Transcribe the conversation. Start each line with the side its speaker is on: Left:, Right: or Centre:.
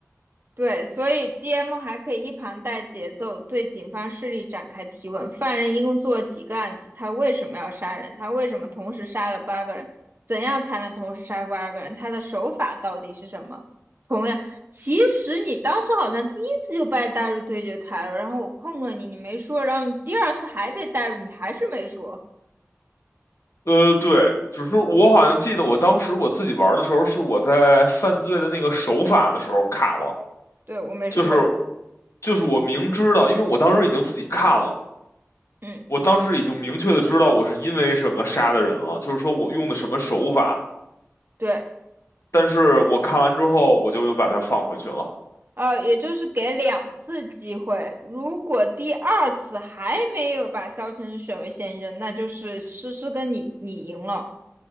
Right: 对，所以 DM 还可以一旁带节奏，对警方势力展开提问。犯人一共做了几个案子？他为什么要杀人？他为什么同时杀了八个人？怎样才能同时杀八个人？他的手法到底是什么？同样，其实你当时好像第一次就被带入对决台了，然后我碰了你，你没说，然后你第二次还被带入，你还是没说。
Left: 呃，对，只是我好像记得我当时我自己玩的时候，是我在犯罪的那个手法的时候卡了，
Right: 对，我没说。
Left: 就是就是我明知道，因为我当时已经自己看了，
Right: 嗯，
Left: 我当时已经明确的知道我是因为什么杀的人了，就是说我用的什么手法，
Right: 对。
Left: 但是我看完之后我就又把它放回去了。
Right: 呃，也就是给两次机会，如果第二次还没有把萧晨是选为嫌疑人，那就是诗诗跟你你赢了，